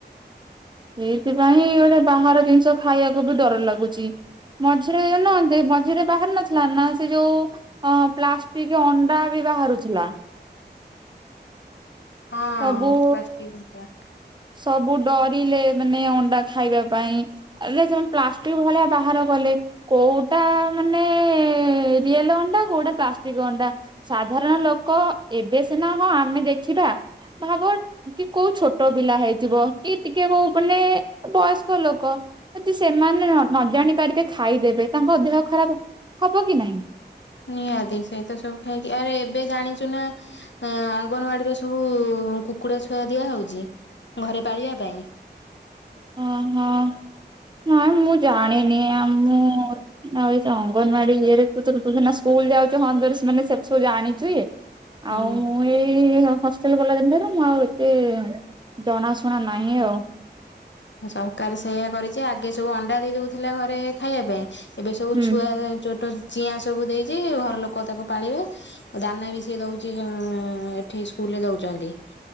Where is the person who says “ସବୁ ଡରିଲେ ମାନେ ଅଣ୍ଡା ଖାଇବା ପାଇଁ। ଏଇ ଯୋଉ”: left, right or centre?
Right